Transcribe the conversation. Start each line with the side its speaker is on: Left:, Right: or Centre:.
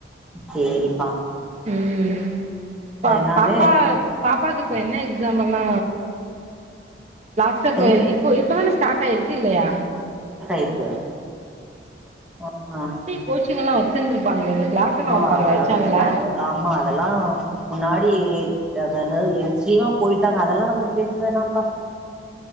Centre: சேரிப்பா
Right: ம் பா
Centre: நானு
Right: பாப்பா பாப்பாக்கு இப்ப என்ன எக்ஸாம்ங்க லாஸ்டா இப்ப
Centre: என்
Right: இப்ப இப்பதான ஸ்டார்ட் ஆயிருக்கு இல்லையா
Centre: இப்ப ஆமா
Right: கோச்சிங்கெல்லா வச்சுருந்தப்பாங்களே இந்த க்ளாஸ்ல்லா வப்பாங்களே
Centre: அது-
Right: வச்சாங்களா
Centre: அது- ஆமா அதெல்லா முன்னாடி அதனது எச்சமா போயிட்டாங்க அதெல்லா நம்ம பேச வேணாம்ப்பா